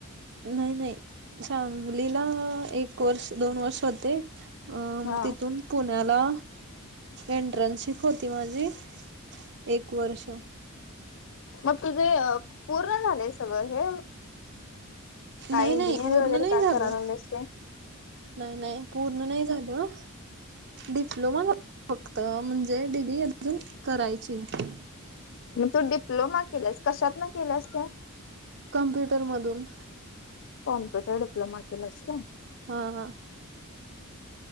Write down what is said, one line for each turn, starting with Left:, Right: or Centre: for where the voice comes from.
Right: नाही नाही सांगलीला एक वर्ष दोन वर्ष होते.
Left: हा
Right: तिथून पुण्याला इंटरनशिप होती माझी. एक वर्ष
Left: मग तुझं पूर्ण झाले सगळं हे
Right: नाही
Left: काय इंजिनिअर
Right: नाही पूर्ण
Left: वगैरे
Right: नाही
Left: काय
Right: झालं
Left: करायला लागलेस काय?
Right: नाही नाही पूर्ण नाही झालं. डिप्लोमा झाला फक्त म्हणजे डिग्री अजून करायची आहे.
Left: मग तू डिप्लोमा केलास कशात न केलास तु?
Right: कम्प्युटर मधून
Left: कॉम्प्युटर डिप्लोमा केलास होय.
Right: हा. हा.